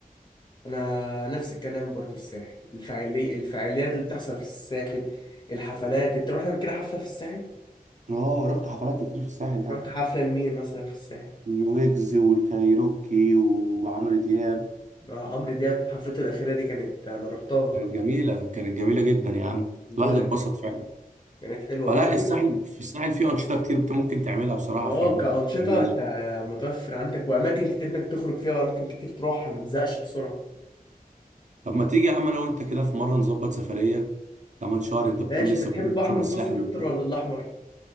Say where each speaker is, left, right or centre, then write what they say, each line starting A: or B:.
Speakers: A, on the left; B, on the right.
A: انا نفس الكلام برضو الساحل الفعالي الفعاليات اللي بتحصل في الساحل الحفلات انت رحت قبل كده حفله في الساحل
B: اه رحت حفلات كتير في الساحل يا عم
A: رحت حفله لمين مثلا في الساحل
B: الويجز والكايروكي وعمرو دياب
A: آه، عمرو دياب حفلته الاخيره دي كانت انا رحتها
B: كانت جميلة كانت جميلة جدا يا عم
A: بقول
B: الواحد اتبسط
A: لك
B: فعلا
A: كانت حلوه
B: فلا
A: طب
B: الساحل في الساحل فيه أنشطة كتير بت- ممكن تعملها بصراحة
A: اه
B: في
A: كأنشطة
B: الجميز
A: انت متوفر عندك وأماكن كتير إنك تخرج فيها وأماكن كتير تروحها ما تزهقش بسرعة
B: طب ما تيجي يا عم أنا وأنت كده في مرة نظبط سفرية كمان شهر أنت بتقول
A: ماشي
B: لسه
A: أنت بتحب
B: بتقول
A: البحر
B: بتروح
A: المتوسط
B: الساحل
A: أكتر
B: وبتاع
A: ولا الأحمر؟